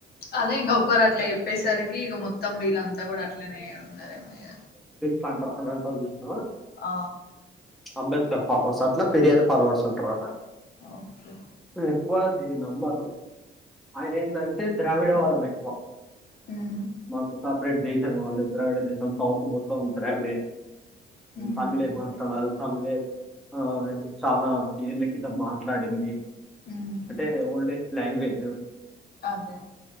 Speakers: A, on the left (about 55°); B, in the centre.
A: అదే ఇంకా ఒక్కరాట్ల చెప్పేసరికి ఇక మొత్తం వీళ్ళంతా కూడా అట్లనే ఉన్నారేమో ఇగ
B: ఫంట అనీ అంటంది చూసినవా
A: ఆ
B: అంబేద్కర్ ఫాలోవర్స్ అట్లా పెరియార్ ఫాలోవర్స్ ఉంటారడ
A: ఓకే
B: ఉమ్మ్ ఎక్కువ దీని నమ్మరు, ఆయన ఎందంటే ద్రావిడ వాదం ఎక్కువ
A: ఉ
B: మాకు సపరేట్ దేశం కావాలి. ద్రావిడే దేశం సౌత్ మొత్తం ద్రావిడే,
A: హ్మ్
B: తమిళే మాట్లాడాలి తమిళే ఆ చానా ఏళ్ళకి ఇలా మాట్లాడింది
A: హ్మ్
B: అంటే ఓల్డేజ్ లాంగ్వేజు
A: అదే